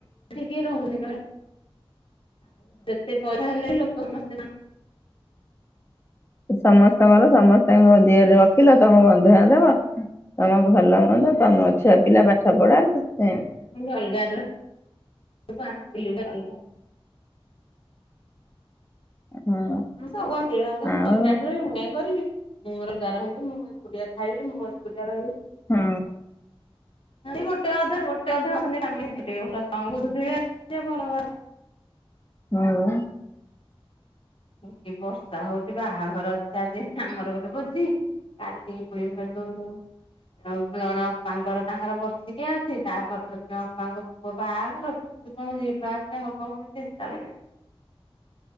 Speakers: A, on the left; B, on the left.
A: କି ରହୁନି ଆଉ ଯେତେ ପଇସା ହେଲେ ଲୋକ ସମସ୍ତେ
B: ସମସ୍ତଙ୍କର ସମସ୍ତଙ୍କ ଯିଏ ଏ ରଖିଲ ତମ ବନ୍ଧୁ ବାନ୍ଧବ ତମ ଭଲ ମନ୍ଦ ତମ ଛୁଆ ପିଲା ପାଠ ପଢା ସେ
A: ଅଲଗା <unintelligible> ଅଲଗା
B: ହଁ
A: <unintelligible> କାଠି ରହ ମୁଁ
B: ଆଉ
A: କାଇହିଁ କରିବି ମୁଁ ମୋର ଗାଁ ରହିବି ମୁଁ ଏ କଡିଆ ଖାଇବି ମୁଁ ଏ କଡିଆ ରହିବି
B: ହୁଁ।
A: ଗୋଟେ ଅଧା ଗୋଟେ ଅଧା ଅଛନ୍ତି ଟିକେ <unintelligible>
B: ହୁଁ।
A: କି ବର୍ଷା ହଉଛି ବାହାଘର ଅଛି ଆଜି ଆମର ଗୋଟେ ଭୋଜି କାଲି <unintelligible> ଆଉ ଜଣେ ଅପାଙ୍କର ତାଙ୍କର ବର୍ଷିକିଆ ଅଛି ତାପ ଦିନ ଅପାଙ୍କ ପୁଅ ବାହାଘର। ତୁ କଣ ଯିବା ଆସିବା ହବ ମୋତେ ଚିନ୍ତା ଲାଗିଲା।